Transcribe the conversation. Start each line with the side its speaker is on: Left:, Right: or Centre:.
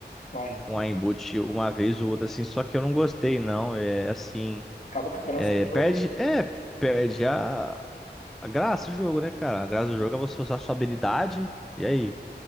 Left: Com Aim.
Centre: Com a Inboot uma vez ou outra, assim, só que eu não gostei, não. É assim,
Left: Acabou com a graça
Centre: é,
Left: do jogo,
Centre: perde, é, perde a, A graça do jogo, né, cara? A graça do
Left: né?
Centre: jogo é você usar sua habilidade. E aí?